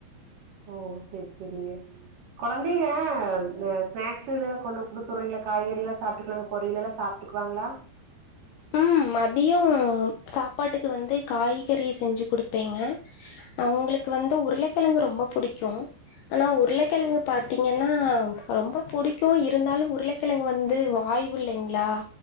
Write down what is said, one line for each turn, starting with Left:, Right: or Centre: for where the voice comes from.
Right: ஓ செர் செரிங்க கொழந்தைங்க ஸ்நாக்ஸ் இத கொண்டு குடுத்துடுறீங்களா காய்கறி எல்லா சாப்ட்டுக்குங்கலா பொரியல் எல்லா சாப் டுவாங்களா
Left: உம் மதியோ சாப்பாட்டுக்கு வந்து காய்கறி செஞ்சு குடுப்பேங்க அவுங்களுக்கு வந்து உருளக்கிழங்கு ரொம்ப புடிக்கு ஆனா உருள்ளக்கிழங்கு பாத்தீங்கென்னா ரொம்ப பிடிக்கு இருந்தாலு உருளக்கிழங்கு வந்து வா ய்வு இல்லைங்களா